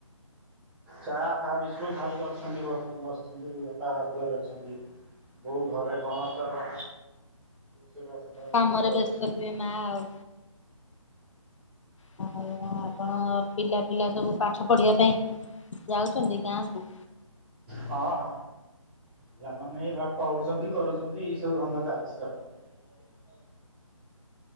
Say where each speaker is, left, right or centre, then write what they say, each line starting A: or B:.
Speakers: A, in the centre; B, on the left.
A: ଚା ଫା ବିସକୁଟ୍ ଖାଇକି ଅଛନ୍ତି, ବର୍ତ୍ତମାନ ବସିଛନ୍ତି ବାପା ଘରେ ଅଛନ୍ତି। ବୋଉ ଘରେ କଣ ତାର? ସେବା ସେବା ପାଇଁ
B: କାମରେ
A: ବ୍ୟସ୍ତ ଅଛି।
B: ଥିବେ ମା ଆଉ <unintelligible> ଆପଣ ପିଲା ପିଲା ସବୁ ପାଠ ପଢିବା ପାଇଁ ଯାଉଛନ୍ତି। ଗାଁକୁ
A: ହଁ ହଁ। ପିଲାମାନେ ଏଇ ପଢୁଛନ୍ତି କରୁଛନ୍ତି ଏଇ ସବୁ ଧନ୍ଦା ଚାଲିଛି ଆଉ।